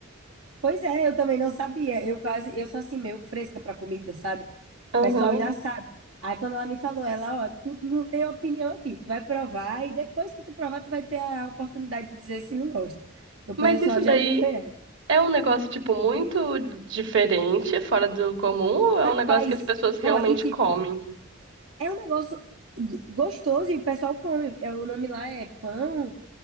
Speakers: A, on the right (about 80°); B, on the right (about 65°).
A: Pois é, eu também não sabia. Eu quase, eu sou assim, meio fresca para comida, sabe?
B: Aham.
A: O pessoal já sabe. Aí quando ela me falou, ela, ó, tu não tem opinião aqui, tu vai provar e depois que tu provar, tu vai ter a oportunidade de dizer se não gosta. Que o
B: Mas
A: pessoal
B: isso daí
A: já me conhece.
B: é um negócio, tipo, muito diferente, fora do comum, ou é
A: Rapaz,
B: um negócio que as pessoas realmente
A: ó, e tipo,
B: comem?
A: é um negócio g- gostoso e o pessoal come. É, O nome lá é pão